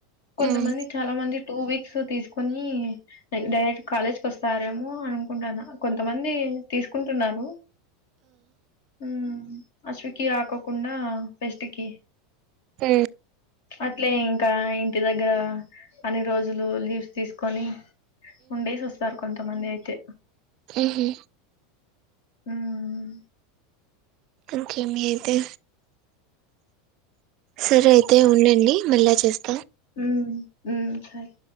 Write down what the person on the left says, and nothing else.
కొంతమంది
చాలా మంది టూ వీక్ క్స్ తీసుకుని డైరెక్ట్ కాలేజ్ కి వస్తారేమో అనుకుంటాను కొంతమంది తీసుకుంటున్నారు హ్మ అశ్వికి కాకుండా ఫెస్ట్కి
అట్లే ఇంకా ఇంటి దగ్గర అన్ని రోజులు లీవ్స్ తీసుకొని ఉండేసి వస్తారు కొంత మంది అయితే
ఉమ్
మ్మ్ మ్మ్ సాయో